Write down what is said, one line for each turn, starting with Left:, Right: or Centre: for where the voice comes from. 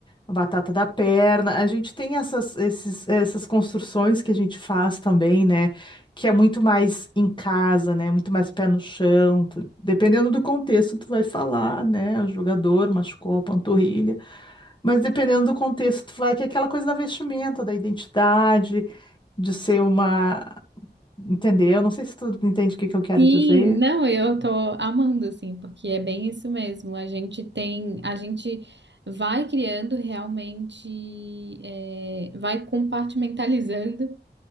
Left: A batata da perna. A gente tem essas, esses, essas construções que a gente faz também, né? Que é muito mais em casa, né? Muito mais pé no chão. Tu- Dependendo do contexto, tu vai falar, né? O jogador machucou a panturrilha. Mas dependendo do contexto, tu vai que é aquela coisa da vestimenta, da identidade, de ser uma. Entendeu? Não sei se tu entende o que que eu quero
Right: Sim,
Left: dizer.
Right: não, eu tô amando, assim, porque é bem isso mesmo. A gente tem, a gente vai criando realmente, é, vai compartimentalizando